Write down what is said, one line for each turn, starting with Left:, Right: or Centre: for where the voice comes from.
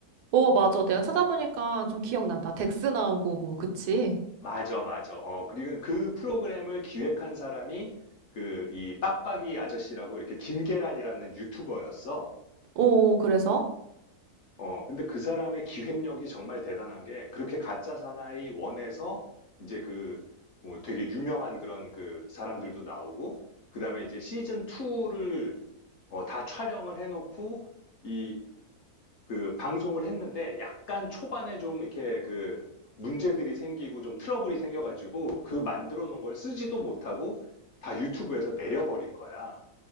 Right: 어, 맞아. 내가 찾아보니까 좀 기억난다. 덱스 나오고, 뭐, 그치?
Left: 맞아, 맞아. 어, 그리고 그 프로그램을 기획한 사람이 그 이 빡빡이 아저씨라고 이렇게 김계란이라는 유튜버였어.
Right: 어, 그래서?
Left: 어, 근데 그 사람의 기획력이 정말 대단한 게, 그렇게 가짜 사나이 원에서, 이제 그, 뭐 되게 유명한 그런 그 사람들도 나오고, 그 다음에 이제 시즌 2를, 다 촬영을 해놓고, 이, 그 방송을 했는데, 약간 초반에 좀 이렇게 그 문제들이 생기고 좀 트러블이 생겨가지고, 그 만들어 놓은 걸 쓰지도 못하고, 다 유튜브에서 내려버린 거야.